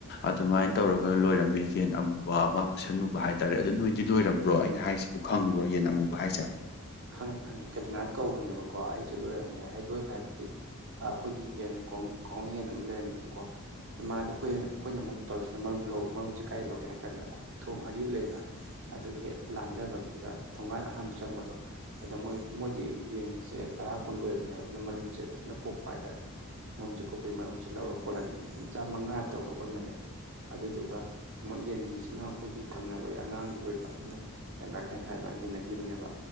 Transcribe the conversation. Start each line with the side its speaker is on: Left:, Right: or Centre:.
Left: ꯑꯗꯨꯃꯥꯏ ꯇꯧꯔꯒ ꯂꯣꯏꯔꯝꯃꯦ ꯌꯦꯟ ꯑꯃꯨꯕ ꯑꯃ ꯃꯨꯁꯟꯃꯨꯕ ꯍꯥꯏ ꯇꯥꯔꯦ ꯑꯗꯨ ꯅꫭꯏꯗꯤ ꯅꯣꯏꯔꯝꯕ꯭ꯔꫭ ꯑꯩꯅ ꯍꯥꯏꯁꯤꯕꯨ ꯈꯪꯕ꯭ꯔꯣ ꯌꯦꯟ ꯑꯃꯨꯕ ꯍꯥꯏꯁꯦ
Right: ꯈꯪꯉꯦ ꯈꯪꯉꯦ ꯀꯦꯗ꯭ꯔꯅꯥꯔꯠ ꯀꯧꯕꯅꯦꯕꯀꯣ ꯑꯩꯁꯦ ꯂꯣꯏꯔꯝꯃꯦ ꯑꯩ ꯂꯣꯏꯕ ꯍꯥꯏꯕꯗꯤ ꯑꯥ ꯑꯈꯣꯏꯒꯤ ꯌꯦꯟ ꯈꯣꯡ ꯀꯥꯎꯅ ꯌꯦꯟ ꯑꯃ ꯂꯩꯔꯝꯃꯦꯕꯀꯣ ꯃꯥꯗꯣ ꯑꯩꯈꯣꯏꯅ ꯑꯩꯈꯣꯏꯅ ꯑꯃꯨꯛ ꯇꯧꯔꯤꯁꯤꯅ ꯃꯔꯨꯝ ꯂꯧꯕ ꯃꯔꯨꯝꯁꯦ ꯀꯥꯏ ꯂꯧꯒꯦ ꯍꯥꯏꯀꯥꯟꯗ ꯑꯩꯈꯣꯏꯒꯤ ꯊꯣꯡ ꯑꯔꯤꯕ ꯂꯩꯗꯅ ꯑꯗꯨꯒꯤ ꯍꯦꯛ ꯂꯥꯟꯗꯕꯒꯤꯁꯤꯗ ꯊꯣꯡꯒꯥꯟ ꯑꯍꯥꯥꯟꯕ ꯆꯪꯕꯗꯣ ꯑꯗꯥ ꯃꯣꯏ ꯃꯣꯏꯗꯤ ꯌꯦꯟꯁꯦ ꯇꯔꯥ ꯀꯨꯟ ꯂꯣꯏꯕꯅꯦꯕ ꯑꯗꯨꯅ ꯃꯔꯨꯝꯁꯦ ꯐꯖꯅꯥ ꯀꯣꯛꯄ ꯍꯥꯏꯇꯥꯔꯦ ꯃꯔꯨꯝꯁꯤ ꯀꯣꯛꯄꯩ ꯃꯔꯨꯝꯁꯤ ꯂꯧꯔꯒ ꯀꯣꯜꯍꯟꯕꯅꯦꯕ ꯃꯆꯥ ꯃꯉꯥ ꯇꯔꯨꯛꯂ ꯑꫭꯟꯕꯅꯦ ꯑꯗꯨꯗꯨꯒ ꯑꯃꯨꯛ ꯌꯦꯟꯕꯤꯁꯤꯅ ꯑꯩꯈꯣꯏꯒꯤ ꯊꯪꯅꯕꯒꯤ ꯑꯉꯥꯡꯒꯤ ꯑꯣꯏꯕ ꯑꯗꯨꯅ ꯇꯪꯈꯥꯏ ꯇꯪꯈꯥꯏ ꯑꯗꯨꯃꯥꯏ ꯌꯦꯟꯅꯒꯤꯕꯅꯦꯕ